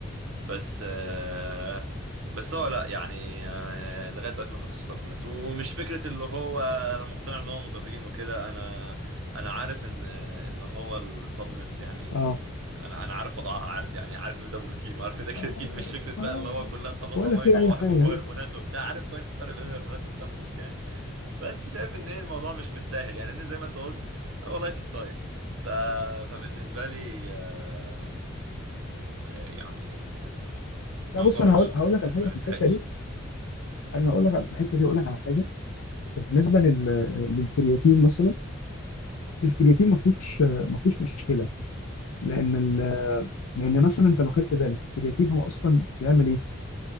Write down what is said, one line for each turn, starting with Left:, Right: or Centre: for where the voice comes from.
Right: بس أه بس هو لا يعني أه لغايه دلوقتي ما خدتش سبلمنتس ومش فكره اللي هو انا مقتنع ان هو مضرين وكده انا انا عارف ان ان هو السبلمنتس يعني
Left: اه
Right: انا انا عارف وضعها عارف يعني عارف ان ده بروتين وعارف ان ده كرياتين
Left: آه،
Right: مش فكره
Left: ولا
Right: بقى اللي هو كلها بتاخد
Left: ولا
Right: امينو
Left: في اي
Right: وحبوب
Left: حاجه
Right: وهرمونات
Left: لا
Right: وبتاع عارف كويس الفرق بين الهرمونات والسبلمنتس يعني بس شايف ان إيه الموضوع مش مستاهل يعني إن زي ما انت قلت هو لايف ستايل ف... فبالنسبه لي آه، آه، يعني موضوع
Left: لا، بص انا
Right: مش
Left: هقول
Right: م-
Left: هقول
Right: م-
Left: لك على حاجه
Right: ما
Left: في
Right: مستحقش
Left: الحته دي
Right: يعني
Left: انا هقول لك على- في الحته دي هقول لك على حاجه بالنسبه لل... للكرياتين مثلا الكرياتين ما فيهوش ما فيهوش مشكله لان ال- لان مثلا انت لو خدت بالك الكرياتين هو اصلا بيعمل ايه؟